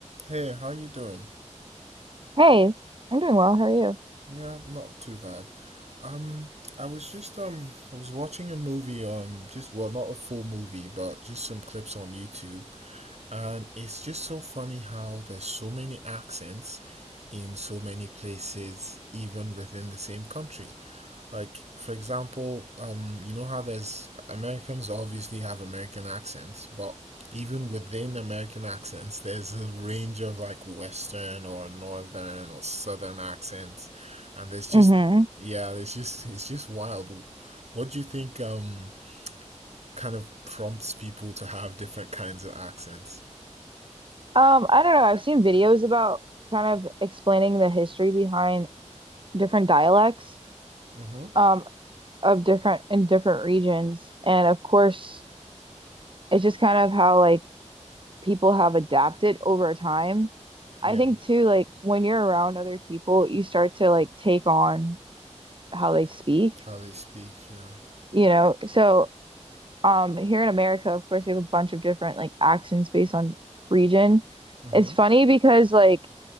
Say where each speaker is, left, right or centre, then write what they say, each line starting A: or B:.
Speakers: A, on the right (about 60°); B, on the right (about 45°).
A: Hey, how you doing?
B: Hey, I'm doing well. How are you?
A: Yeah, I'm not too bad. Um, I was just um, I was watching a movie on just well, not a full movie, but just some clips on YouTube, And it's just so funny how there's so many accents in so many places, even within the same country. Like, for example, um, you know how there's Americans obviously have American accents, but even within American accents, there's a range of like Western or Northern or Southern accents, and there's just
B: Mm-hmm.
A: yeah, there's just it's just wild. What do you think um kind of prompts people to have different kinds of accents?
B: Um, I don't know. I've seen videos about kind of explaining the history behind different dialects,
A: Mm-hmm.
B: um, of different in different regions. And of course, it's just kind of how like people have adapted over time. I
A: Yeah.
B: think too, like when you're around other people, you start to like take on how they speak,
A: How they speak, yeah.
B: you know? So, um, here in America, of course, we have a bunch of different like accents based on region.
A: Mm-hmm.
B: It's funny because like